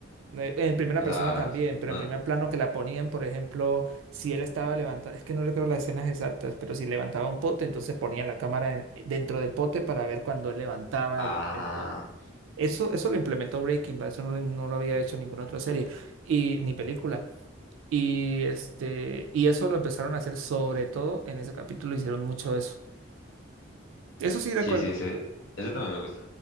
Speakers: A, on the right; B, on the left.
A: Eh, En primera
B: o
A: persona
B: sea,
A: también, pero
B: no,
A: en primer plano que la ponían, por ejemplo, si él estaba levantando, es que no recuerdo las escenas exactas, pero si levantaba un pote, entonces ponían la cámara en- dentro del pote para ver cuando él levantaba
B: ah,
A: el, el pote. Eso, eso lo implementó Breaking Bad, eso no, lo no lo había hecho ninguna otra serie y, ni película. Y, este, y eso lo empezaron a hacer sobre todo en ese capítulo, hicieron mucho eso. Eso sí recuerdo.
B: sí, sí, sí, eso también me gusta.